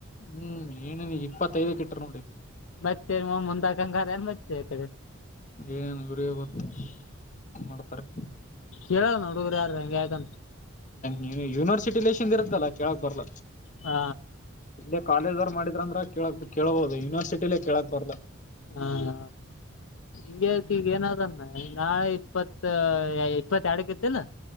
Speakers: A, on the left (about 35°); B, on the left (about 70°).
A: ಹ್ಮ್ ಏನೇನ ಇಪ್ಪತ್ತೈದಕ್ ಇಟ್ರ ನೋಡಿ
B: ಮತ್ತೆ ಮುಂದಾಕಂಂಗನ್ ಮತ್ತೆ ಈ ಕಡೆ
A: ಏನೇನು ಗುರಿಯಬತ್ತ ಮಾಡ್ತಾರೆ
B: ಕೇಳೋಲ್ಲ ನ ಹುಡುಗರು ಯಾರು ಹೆಂಗೆ ಆಯ್ತಂತ
A: ನೀ ಯೂನಿವರ್ಸಿಟಿ ಲೇೇಶನ್ ಇರತ್ತಲ್ಲ ಕೇಳಕ್ ಬರ್ಲ
B: ಹಾ
A: ಇೇ ಕಾಲೇಜ್ವ್ರು ಮಾಡಿದ್ರಂದ್ರ ಕೇಳಕ್ ಕೇಳಬಹುದು ಯೂನಿವರ್ಸಿಟಿಲಿೇ ಕೇಳಕ್ ಬಾರಲ್ಲ
B: ಹಾ ಹಾ ಹಂಗಗೆತಿ ಈಗ ಏನಾದನ್ನ ನಾಳೆ ಇಪ್ಪತ್ ಇಪ್ಪತ್ತ ಎಡಕ ಇತ್ತಲ್ಲ